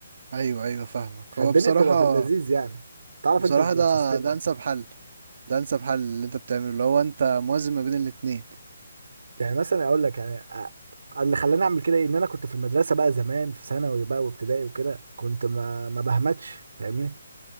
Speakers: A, on the right; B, on the right.
A: ايوه ايوه فاهمك
B: فالدنيا
A: هو بصراحة
B: بتبقى في اللذيذ يعني تعرف
A: بصراحة
B: انت السيستم
A: ده ده
B: يعني
A: انسب حل ده انسب حل اللي انت بتعمله اللي هو انت موازن ما بين الاتنين
B: يعني مثلا اقول لك يعني آه، اللي خلاني اعمل كده إيه؟ ان انا كنت في المدرسه بقى زمان في ثانوي بقى وابتدائي وكده كنت ما ما بهمتش فاهمني